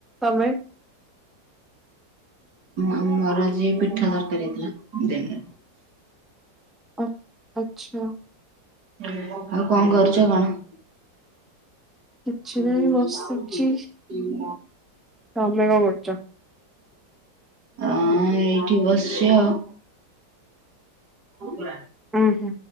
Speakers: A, in the centre; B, on the right.
A: ତମେ?
B: ଆଉ ମୋର ଆଜି ପିଠା ତରକାରୀ ହେଇଥିଲା ଦିନରେ।
A: ଆ ଆଚ୍ଛା।
B: ଆଉ କଣ କରୁଚ କଣ?
A: କିଛି
B: ହୁଁ।
A: ନାହିଁ ବସିଛି। ତମେ କଣ କରୁଛ
B: ଆଁ ଏଇଠି ବସଚି ଆଉ। ହଁ ପରା।
A: ଉଁ ହୁଁ